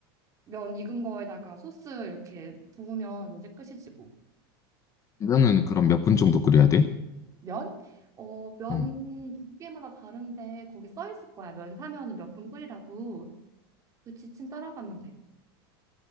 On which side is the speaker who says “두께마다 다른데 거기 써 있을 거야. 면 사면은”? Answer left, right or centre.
Right